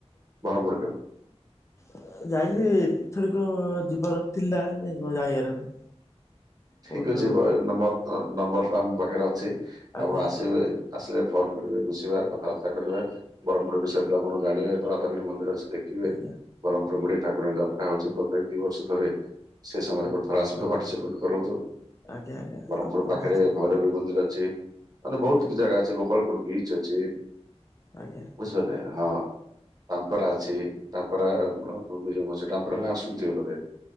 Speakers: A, on the right (about 35°); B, on the left (about 25°).
A: ବରମପୁର କେବେ
B: ଅ ଯାଇନି ଏଥରକ ଯିବାର ଥିଲା <unintelligible> ଯାଇହେଲାନି।
A: ଠିକ
B: ମୋର ଯୋଉ
A: ଅଛି ଭାଈ ନମ୍ବର ତ ନମ୍ବର ଟା ଆମ ପାଖରେ ଅଛି
B: ଆଜ୍ଞା
A: ଆପଣ ଆସିବେ ଆସିଲେ ଫୋନ କରିବେ ମିଶିବା କଥାବାର୍ତ୍ତା କରିବା ବରମପୁର ବିଷୟରେ ଆପଣ ଜାଣିବେ ତାରାତାରିଣୀ ମନ୍ଦିର ଅଛି ଦେ ଖିବେ।
B: ଆଜ୍ଞା
A: ବରମପୁର ବୁଢ଼ୀ ଠାକୁରାଣୀ ଯାତ୍ରା ହଉଚି ପ୍ରତ୍ୟେକ ଦି ବର୍ଷ ଥରେ ସେ ସମୟରେ ଗୋଟେଥର ଆସନ୍ତୁ ପାଟିସିପେଟ୍ କରନ୍ତୁ
B: ଆଜ୍ଞା ଆଜ୍ଞା
A: ବରମପୁର
B: ଆପଣ
A: ପାଖେରେ
B: ସେଥିପାଇଁ
A: ଭୈରବୀ ମନ୍ଦିର ଅଛି। ମାନେ ବହୁତ
B: ଆଜ୍ଞା
A: କିଛି ଜାଗା ଅଛି ଗୋପାଳପୁର ବିଚ ଅଛି।
B: ଆଜ୍ଞା
A: ବୁଝିପାରିଲେ ହଁ ପାମ୍ପରା ଅଛି। ତାମ୍ପରା ରାମର <unintelligible> ଅଛି ଟାମ୍ପରା ନା ଶୁଣିଥିବେ ବୋଧେ